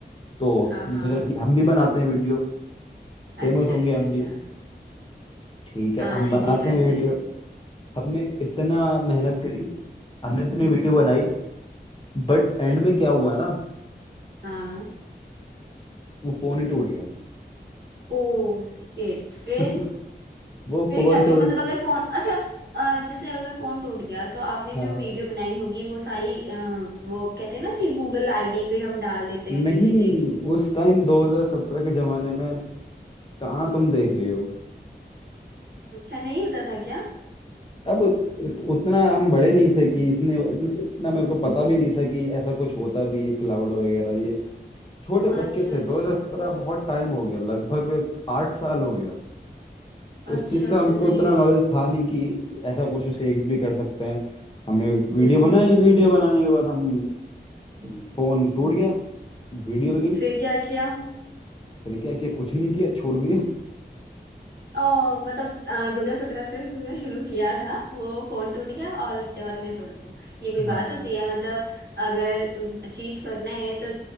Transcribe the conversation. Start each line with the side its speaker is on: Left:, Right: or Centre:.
Left: तो
Right: हाँ
Left: हमने
Right: हाँ
Left: सोचा कि हम भी बनाते हैं वीडियो फेमस
Right: अच्छा
Left: होंगे
Right: अच्छा
Left: हम
Right: अच्छा
Left: भी ठीक
Right: हाँ
Left: है हम
Right: ये
Left: बनाते
Right: सही बात
Left: हैं वीडियो
Right: है
Left: हमने इतना मेहनत करी हमने इतनी वीडियो बनाई बट एंड में क्या हुआ ना
Right: हाँ
Left: वो फोन ही टूट गया
Right: Oh shit
Left: <laughs>
Right: फिर
Left: वो
Right: फिर
Left: फोन
Right: क्या किया
Left: टूट
Right: मतलब अगर फोन अच्छा अ, जैसे अगर फोन टूट गया तो आपने
Left: हाँ
Right: जो वीडियो बनाई होगी वो सारी अ, वो कहते हैं ना कि गूगल आईडी पे हम डाल देते हैं अपनी
Left: नहीं
Right: चीजें
Left: उस टाइम 2017 के जमाने में कहाँ तुम देख रही हो
Right: अच्छा नहीं होता था क्या
Left: तब उत, इत, उतना हम बड़े नहीं थे कि इतने इतने इतना मेरे को पता भी नहीं था कि ऐसा कुछ होता भी है क्लाउड वगैरह ये छोटे
Right: अच्छा
Left: बच्चे थे
Right: अच्छा
Left: 2017 बहुत टाइम हो गया लगभग आठ साल हो गया तो
Right: अच्छा
Left: इस चीज का
Right: अच्छा
Left: हमको
Right: नहीं
Left: इतना नॉलेज था नहीं कि ऐसा कुछ सेव भी कर सकते हैं हमने वीडियो
Right: हम्म
Left: बनाई वीडियो बनाने के बाद हम
Right: हम्म
Left: फोन टूट गया वीडियो भी गई
Right: फिर क्या किया
Left: फिर क्या किया कुछ नहीं किया छोड़ दिया
Right: ओ मतलब दो हजार सत्रह से तुमने शुरू किया था वो फोन टूट गया और उसके बाद तुमने छोड़ दिया ये कोई
Left: हाँ
Right: बात होती है मतलब अगर अचीव करना है तो